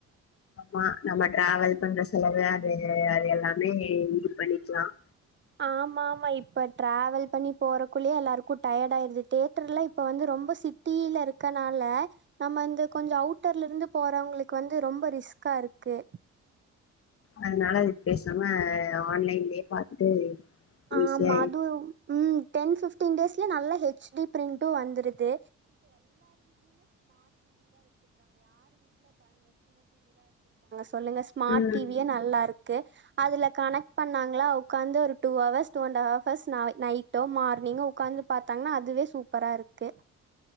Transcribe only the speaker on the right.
ஆமா ஆமா இப்ப டிராவல் பண்ணி போறக்குள்ளயே எல்லாருக்கும் டயர்ட் ஆயிருது தேட்டர்லாம் இப்ப வந்து ரொம்ப சிட்டில இருக்கனால நம்ப இந்த கொஞ்சம் அவுட்டர் இருந்து போறவங்களுக்கு ரொம்ப ரிஸ்கா இருக்கு
ஆ
மாது ம் டென் ஃபிஃப்டீன் டேஸ்லியே நல்லா ஹெச்டி பிரிண்ட்டும் வந்துடுது சொல்லுங்க ஸ்மார்ட்
டிவியே நல்லா இருக்கு க்கு அதுல கனெக்ட் பண்ணாங்களா உட்காந்து ஒரு டூ ஹவர்ஸ் டூ அண்ட்ஹவர்ஸ் நைட்டோ மார்னிங்கோ உட்கார்ந்து பார்த்தாங்கன்னா அதுவே சூப்பரா இருக்கு